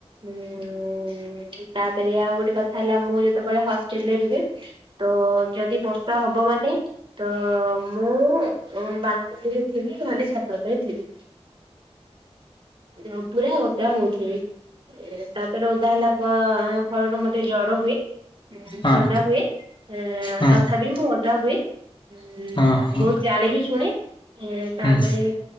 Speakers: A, on the right; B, on the left.
A: ଉଁ ତାପରେ ଆଉ ଗୋଟେ କଥା। ଥା ହେଲା, ମୁଁ ଯେତେବେଳେ ହଷ୍ଟେଲରେ ରୁହେ, ତ ଯଦି ବର୍ଷା ହବ, ମାନେ ତ ମୁଁ ଉଁ ବାଲକୁନିରେ ଥିବି, ନହେଲେ ଛାତ ଉପରେ ଥିବି। ଉଁ ପୁରା ଓଦା ହୋଉଥିଲି ତାପରେ ଓଦା ହେଲା ପ ଫଳରୁ ମତେ ଜ୍ୱର ହୁଏ। ଉ
B: ହଁ
A: ଥଣ୍ଡା ହୁଏ। ଏଁ
B: ହଁ
A: ତଥାପି ମୁଁ ଓଦା ହୁଏ। ଉଁ,
B: ହଁ ହଁ
A: ବହୁତ ଗାଳି ବି ଶୁଣେ ଏଁ ତାପରେ
B: ହଁ ହଁ